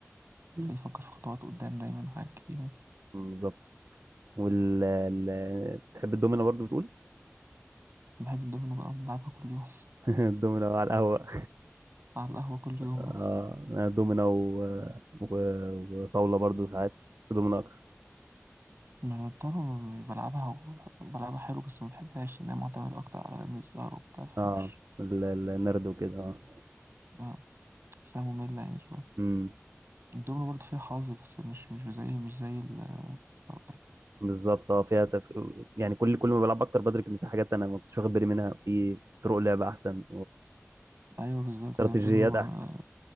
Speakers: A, on the right; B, on the right.
A: وتخليه
B: مم،
A: يفكر في خطوات قدام دايما وحاجات كتير يعني
B: بالظبط وال ال- تحب الدومينة برضو بتقول
A: بحب الدومينو بقى بلعبها كل يوم
B: <laughs> الدومينة على القهوة
A: <laughs> على القهوه كل يوم
B: آه،
A: بقى
B: أنا دومينة و... و... وطاولة برضو ساعات بس دومينة أكتر
A: ما انا الطاوله م- بلعبها وبحب- بلعبها حلو بس ما بحبهاش لانها معتمده اكتر على رمي الزهر وبتاع ما بحبش
B: اه ال- ال- النرد وكده اه
A: آه، بحسها ممله يعني شويه
B: امم
A: الدومينو برضه فيها حظ بس مش مش زي مش زي ال طبعاً.
B: بالظبط اه فيها تف... يعني كل كل ما بلعب اكتر بدرك ان في حاجات انا ما كنتش واخد بالي منها في طرق لعب احسن
A: ايوه بالظبط
B: واستراتيجيات
A: ده الدومينو
B: احسن
A: آه،